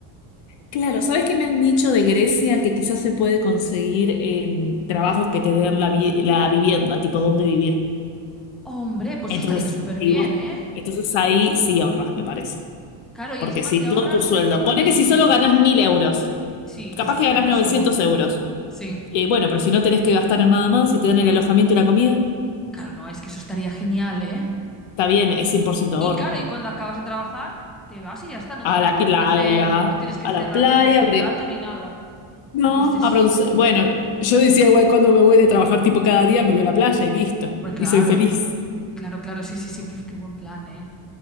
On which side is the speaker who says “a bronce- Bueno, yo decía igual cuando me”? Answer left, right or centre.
Left